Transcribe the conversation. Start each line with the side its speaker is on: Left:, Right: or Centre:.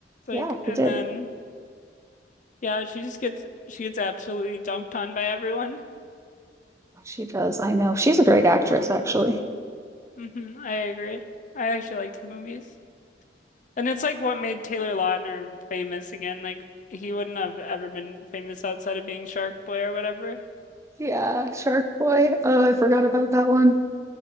Left: like,
Right: Yeah,
Left: and
Right: it did.
Left: then, yeah, she just gets, she gets absolutely dumped on by everyone.
Right: She does. I know. She's a great actress, actually.
Left: hmm I agree. I actually liked the movies. And it's like what made Taylor Lautner famous again. Like he wouldn't have ever been famous outside of being Shark Boy or whatever.
Right: Yeah, Shark Boy. Oh, I forgot about that one.